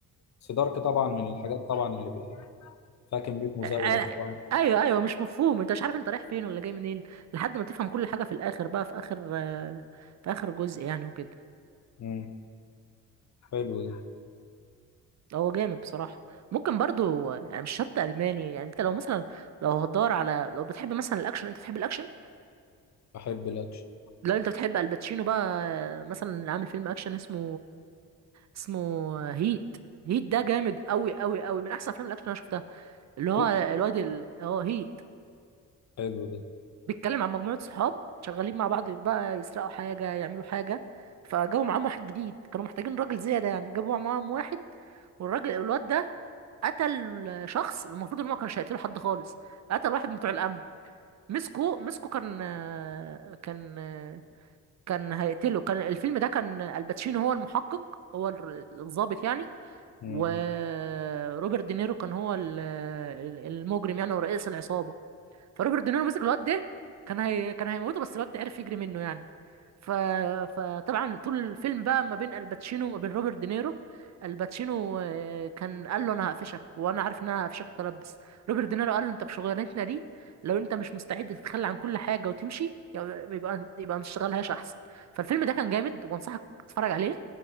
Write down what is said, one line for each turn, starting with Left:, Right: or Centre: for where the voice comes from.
Left: بس دارك طبعا من الحاجات طبعا اللي بي- فيها كميه مزاوله
Right: آه، آه،
Left: طبعا
Right: ايوه ايوه مش مفهوم انت مش عارف انت رايح فين ولا جاي منين لحد ما تفهم كل حاجة في الاخر بقى في اخر آه، في اخر جزء يعني وكده
Left: امم حلو ده
Right: هو جامد بصراحة ممكن برضو يعني مش شرط ألماني يعني انت لو مثلا لو هتدور على لو بتحب مثلا الأكشن انت بتحب الأكشن
Left: بحب الاكشن
Right: لو انت بتحب الباتشينو بقى مثلا اللي عامل فيلم أكشن اسمه اسمه هيت هيت ده جامد أوي أوي أوي من أحسن أفلام الأكشن اللي أنا شفتها اللي هو
Left: ايه
Right: الواد ال... هو هيت
Left: حلو ده
Right: بيتكلم عن مجموعة صحاب شغالين مع بعض بقى يسرقوا حاجة يعملوا حاجة فجابوا معاهم واحد جديد كانوا محتاجين راجل زيادة يعني جابوا معاهم واحد والراجل الواد ده قتل شخص المفروض ان هو كانش هيقتله حد خالص قتل واحد من بتوع الامن مسكه مسكه كان كان كان هيقتله كان الفيلم ده كان الباتشينو هو المحقق هو الر- الضابط يعني
Left: امم
Right: وروبرت دينيرو كان هو ال- المجرم يعني ورئيس العصابة فروبرت دينيرو مسك الواد ده كان هي... كان هيموته بس الواد ده عرف يجري منه يعني ف... فطبعا طول الفيلم بقى ما بين الباتشينو وما بين روبرت دينيرو الباتشينو آه، كان قال له انا هقفشك وانا عارف ان انا هقفشك متلبس روبرت دينيرو قال له انت بشغلانتنا دي لو انت مش مستعد تتخلى عن كل حاجه وتمشي يبقى يبقى يبقى ما تشتغلهاش احسن فالفيلم ده كان جامد وانصحك تتفرج عليه